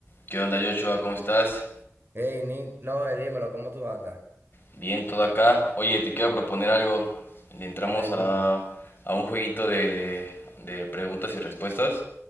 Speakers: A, on the left; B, on the right.
A: ¿Qué onda, Joshua? ¿Cómo estás?
B: Hey, Nick, no, eh, dímelo, ¿cómo tú andas?
A: Bien, todo acá. Oye, te quiero proponer algo. Le entramos
B: A ver,
A: a,
B: dime.
A: a un jueguito de, de preguntas y respuestas.